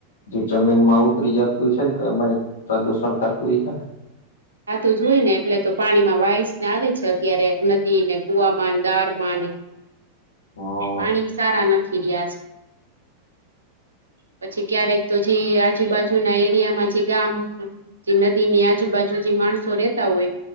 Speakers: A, on the left; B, on the right.
A: જમીનમાં ઉતરી જતું હશે ને એમાં પ્રદુષણ થતું હોય છે.
B: <unintelligible> આ તો જોય ને એટલે તો પાણીમાં વાઈસ ને આવે છે, અત્યારે નદી ને કુવામાં નળમાંને
A: હા
B: પાણી સારા નથી રીયા પછી ક્યારેક તો જે આજુબાજુના એરિયામાં જે ગામ નદીની આજુબાજુ જે માણસો રેતા હોય